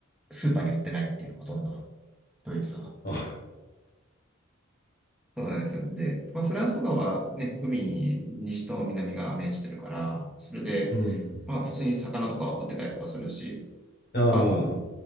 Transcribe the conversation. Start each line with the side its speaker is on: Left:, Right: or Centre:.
Centre: スーパーに売ってないっていう、ほとんど、ドイツは。
Left: あ、
Centre: そうなんですよ。で、まあ、フランスとかはね、海、西と南が面してるから、それで、
Left: うん。
Centre: まあ、普通に魚とか売ってたりとかするし、
Left: ああ、
Centre: あの、